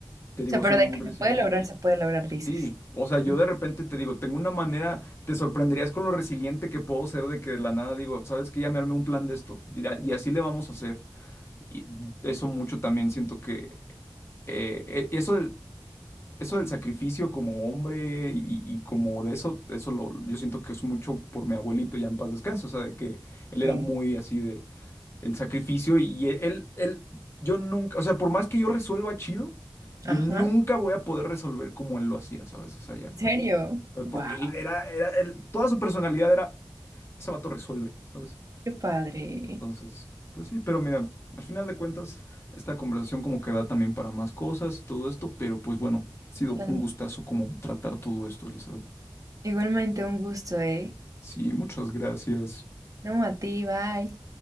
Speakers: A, on the left (about 30°); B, on the right (about 45°).
A: te digo,
B: O sea, pero
A: soy muy
B: de que
A: resiliente.
B: se puede lograr, se puede lograr, dices.
A: Sí, o sea, yo
B: Mm,
A: de repente te digo, tengo una manera, te sorprenderías con lo resiliente que puedo ser de que de la nada digo, sabes que ya me armé un plan de esto y, a- y así le vamos a hacer. Y eso mucho también siento que eh, e- eso del, eso del sacrificio como hombre y, y como de eso, eso lo, yo siento que es mucho por mi abuelito ya en paz descanse, o sea, de que él
B: Ok.
A: era muy así de el sacrificio y e, él, él, yo nunca, o sea, por más que yo resuelva chido, yo
B: Ajá.
A: nunca voy a poder resolver como él lo hacía, ¿sabes? O sea, ya,
B: ¿En serio?
A: o sea,
B: Wow,
A: porque él era, era, él- toda su personalidad era, ese vato resuelve, ¿sabes?
B: qué padre.
A: Entonces, pues sí, pero mira, al final de cuentas, esta conversación como que da también para más cosas y todo esto, pero pues bueno, ha sido
B: Totalmente.
A: un gustazo como tratar todo esto, Elizabeth.
B: Igualmente un gusto, ¿eh?
A: Sí, muchas gracias.
B: No, a ti, bye.